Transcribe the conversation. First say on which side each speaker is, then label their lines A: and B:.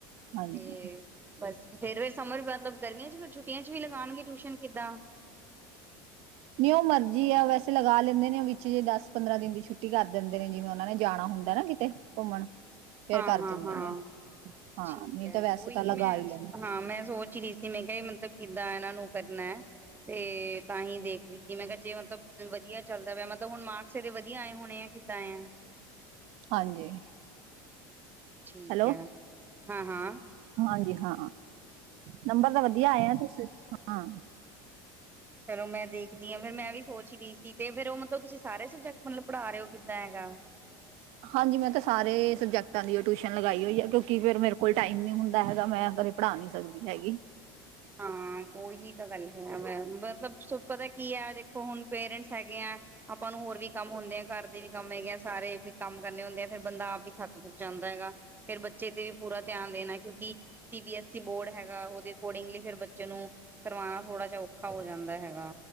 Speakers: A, on the right (about 60°); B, on the right (about 15°).
A: ਹਾਂਜੀ
B: ਤੇ ਬਸ ਫੇਰ ਵੀ ਸਮਰ ਮਤਲਬ ਗਰਮੀਆਂ ਚ ਫਿਰ ਛੁੱਟੀਆਂ ਚ ਵੀ ਲਗਾਉਣਗੇ ਟਿਊਸ਼ਨ ਕਿੱਦਾਂ
A: ਨਹੀਂੀਉਹ ਮਰਜ਼ੀ ਆ ਵੈਸੇ ਲਗਾ ਲੈਂਦੇ ਨੇ ਉਹ ਵਿੱਚ ਜੇ ਦਸ ਪੰਦਰਾਂ ਦਿਨ ਦੀ ਛੁੱਟੀ ਕਰ ਦਿੰਦੇ ਨੇ ਜਿਵੇਂ ਉਹਨਾਂ ਨੇ ਜਾਣਾ ਹੁੰਦਾ ਨਾ ਕਿਤੇ ਘੁੰਮਣ ਫੇਰ
B: ਹਾਂ
A: ਕਰ
B: ਹਾਂ
A: ਦਿੰਦੇ
B: ਹਾਂ
A: ਨੇ ਹਾਂ
B: ਠੀਕ
A: ਨਹੀਂ
B: ਹੈ
A: ਤਾਂ ਵੈਸੇ
B: ਉਹੀ
A: ਤਾਂ ਲਗਾ
B: ਮੈਂ
A: ਹੀ ਲੈਂਦੇ
B: ਹਾਂ ਮੈਂ ਸੋਚ ਰਹੀ ਸੀ ਮੈਂ ਕਿਹਾ ਮਤਲਬ ਕਿੱਦਾਂ ਇਹਨਾਂ ਨੂੰ ਕਰਨਾ ਹੈ ਤੇ ਤਾਂ ਹੀ ਦੇਖ ਰਹੀ ਜੀ ਮੈਂ ਕਿਹਾ ਜੇ ਮਤਲਬ ਵਧੀਆ ਚੱਲਦਾ ਪਿਆ ਮਤਲਬ ਹੁਣ ਮਾਰਕਸ ਇਹਦੇ ਵਧੀਆ ਆਏ ਹੋਣੇ ਆ ਕਿੱਦਾਂ ਆ
A: ਹਾਂਜੀ
B: ਠੀਕ
A: ਹੈਲੋ
B: ਏ। ਹਾਂ-ਹਾਂ।
A: ਹਾਂਜੀ ਹਾਂ ਨੰਬਰ ਤਾਂ ਵਧੀਆ ਆਏ ਆ ਤੁਸੀ ਹਾਂ।
B: ਚਲੋ ਮੈਂ ਦੇਖਦੀ ਹਾਂ ਫੇਰ ਮੈਂ ਵੀ ਸੋਚ ਰਹੀ ਸੀ ਤੇ ਫੇਰ ਉਹ ਮਤਲਬ ਤੁਸੀਂ ਸਾਰੇ ਸਬਜੈਕਟ ਮਤਲਬ ਪੜ੍ਹਾ ਰਹੇ ਹੋ ਕਿੱਦਾਂ ਹੈਗਾ।
A: ਹਾਂਜੀ ਮੈਂ ਤਾਂ ਸਾਰੇ ਸਬਜੈਕਟਾਂ ਦੀ ਟਿਊਸ਼ਨ ਲਗਾਈ ਹੋਈ ਆ ਕਿਉਂਕਿ ਫੇਰ ਮੇਰੇ ਕੋਲ ਟਾਈਮ ਨੀ ਹੁੰਦਾ ਹੈਗਾ ਮੈਂ ਕਦੇ ਪੜ੍ਹਾ ਨਹੀਂ ਸਕਦੀ ਹੈਗੀ।
B: ਹਾਂ ਉਹੀ ਤਾਂ ਗੱਲ ਹੈ ਵ ਮਤਲਬ ਪਤਾ ਕੀ ਹੈ ਦੇਖੋ ਹੁਣ ਪੇਰੈਂਟਸ ਹੈਗੇ ਆ ਆਪਾਂ ਨੂੰ ਹੋਰ ਵੀ ਕੰਮ ਹੁੰਦੇ ਆ ਘਰ ਦੇ ਵੀ ਕੰਮ ਹੈਗੇ ਆ ਸਾਰੇ ਵੀ ਕੰਮ ਕਰਨੇ ਹੁੰਦੇ ਆ ਫਰ ਬੰਦਾ ਆਪ ਵੀ ਥੱਕ ਜਾਂਦਾ ਹੈਗਾ ਫੇਰ ਬੱਚੇ ਤੇ ਵੀ ਪੂਰਾ ਧਿਆਨ ਦੇਣਾ ਕਿਉਂਕਿ C B S E board ਹੈਗਾ ਉਹਦੇ ਅਕੋਰਡਿੰਗਲੀ ਫਿਰ ਬੱਚੇ ਨੂੰ ਕਰਵਾਣਾ ਥੋੜ੍ਹਾ ਜਿ ਔਖਾ ਹੋ ਜਾਂਦਾ ਹੈਗਾ।